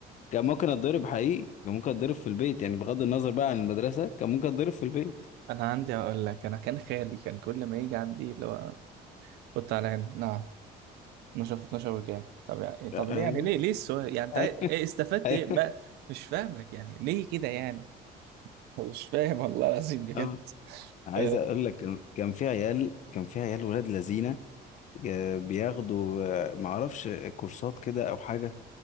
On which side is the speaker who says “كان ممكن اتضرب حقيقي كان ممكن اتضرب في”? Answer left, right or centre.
Left